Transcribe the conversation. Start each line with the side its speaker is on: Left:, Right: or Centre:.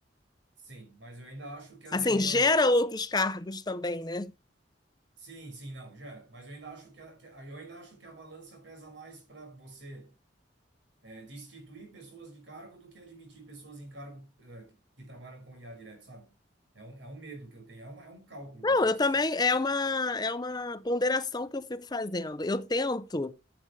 Right: Sim, mas eu ainda acho que a
Left: Assim,
Right: demanda.
Left: gera outros cargos também, né?
Right: Sim, sim, não, gera. Mas eu ainda acho que a, que a- eu ainda acho que a balança pesa mais para você é, destituir pessoas de cargo do que admitir pessoas em cargo, eh, que trabalham com IA direto, sabe? É um, é um medo que eu tenho, é, uma, é um cálculo
Left: Não,
Right: que eu faço
Left: eu também,
Right: assim.
Left: é uma, é uma ponderação que eu fico fazendo. Eu tento,